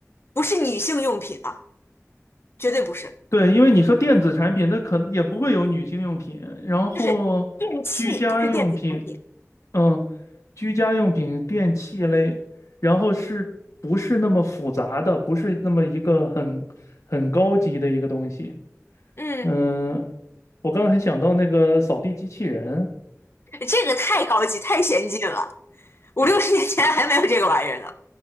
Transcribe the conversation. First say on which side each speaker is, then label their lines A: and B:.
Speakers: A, on the left; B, on the left.
A: 不是女性用品啊，绝对不是，
B: 对，因为你说电子产品，那可能也不会有女性用品，然后居家用品，
A: 就是电器，不是电子产品。
B: 嗯，居家用品、电器类，然后是不是那么复杂的，不是那么一个很很高级的一个东西。
A: 嗯，
B: 嗯，我刚才想到那个扫地机器人
A: 这个太高级，太先进了，五六十年前还没有这个玩意儿呢。